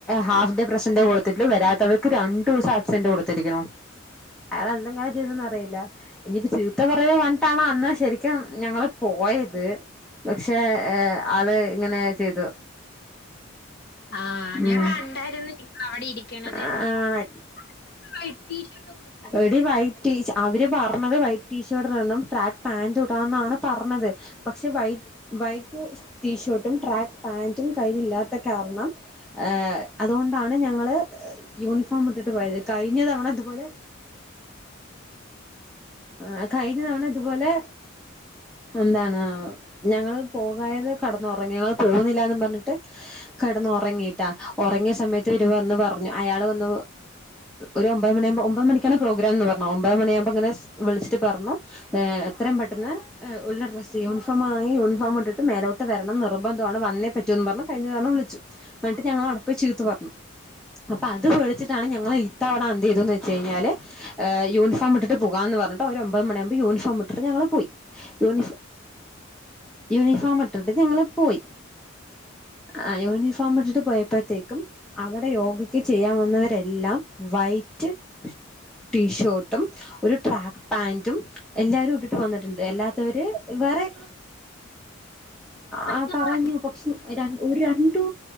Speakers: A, in the centre; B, on the left (about 50°).
A: half day present കൊടുത്തിട്ടു വരാത്തവർക്ക് രണ്ട് ദിവസം ആബ്സന്റ് കൊടു ത്തിരിക്ണ് അയാൾ എന്തെങ്കാലും ചെയ്തന്ന് അറിയില്ല ഇനിയിപ്പോ ചീത്ത പറയ വഞ്ഞിട്ടാണോ അന്ന് ശരിക്കും ഞങ്ങള് പോയത് പക്ഷേ ആള് ഇങ്ങനെ ചെയ്തു
B: ആ ഞാൻ
A: ഉം
B: കണ്ടായിരുന്നു നി അവിടെ ഇരിക്കണത്
A: ആഹ്
B: <unintelligible>
A: എടി വൈറ്റ് ടീ അവര് പറഞ്ഞത് വൈറ്റ് ടീഷർട്ടിൽ നിന്നും ട്രാക്ക് പാന്റ് ഇടാന്നാണ് പർനത് പക്ഷെ വൈറ്റ് വൈറ്റ് ടീഷർ ട്ടും ട്രാക് പാൻ കയ്യിലല്ലാത്ത കാരണം ഏ അതുകൊണ്ടാണ് ഞങ്ങള് യൂണിഫോം ഇട്ടിട്ട് പോയത് കഴിഞ്ഞ തവണ ഇത്പോലെ ആ കഴിഞ്ഞ തവണ ഇതുപോലെ എന്താണ് ഞങ്ങൾ പോകായത് കടന്നുറങ്ങി ഞങ്ങൾ പോകുന്നില്ലന്ന് പറഞ്ഞിട്ട് കടന്ന ഉറങ്ങിട്ടാ ഉറങ്ങിയ സമയത്ത് ഇരു വന്ന് പറഞ്ഞു അയാൾ വന്ന് ഒരു ഒമ്പത് മണിയാകുമ്പോ ഒമ്പത് മണിക്കാണ് പ്രോഗ്രാം എന്ന് പറഞ്ഞത് ഒമ്പത് മണിയകുമ്പോ ഇങ്ങനെ വിളിച്ചിട്ട് പറഞ്ഞു ഏ എത്രയും പെട്ടെന്ന് ഉള്ള ഡ്ര. സി യൂണിഫോമായി യൂണഫോമിട്ടിട്ട് മേലോട്ട് വരണം നിർബന്ധമാണ് വന്നേ പറ്റൂന്ന് പറഞ്ഞ കഴിഞ്ഞ തവണ വിളിച്ചു എന്നിട്ട് ഞങ്ങളട അപ്പൊ ചീത്ത് പറഞ്ഞു അപ്പൊ അത് പേടിച്ചിട്ടാണ് ഞങ്ങള് ഇത്തവണ എന്ത് ചെയ്തന്ന് വെച്ച കഴിഞ്ഞാല് ഏ യൂണിഫോം ഇട്ട്ട്ട് പോകാന്ന് പർ ന്നട്ട് ഒര് ഒമ്പത് മണിയാവുമ്പ യൂണിഫോ ഒമറ്റർ ഞങ്ങള് പോയി യൂണിഫോ യൂണിഫോം ഇട്ടിട്ട് ഞങ്ങൾ പോയി അ ആ യൂണഫോം ഇട്ടിട്ട് പോയപ്പോഴത്തേ കം അവിടെ യോഗയ്ക്ക് ചെയ്യാൻ വന്നവരെല്ലാം വൈറ്റ് ടീഷർട്ടും ഒരു ട്രാക് പാൻ്റും എല്ലാരും ഇട്ടിട്ട് വന്ന്ട്ട് ഇണ്ട് എല്ലാത്തവെര് വേറെ
B: അപ്പൊ
A: ആ പറഞ്ഞു
B: നിങ്ങള്
A: പക്ഷെ രൺ ഒരു രണ്ടു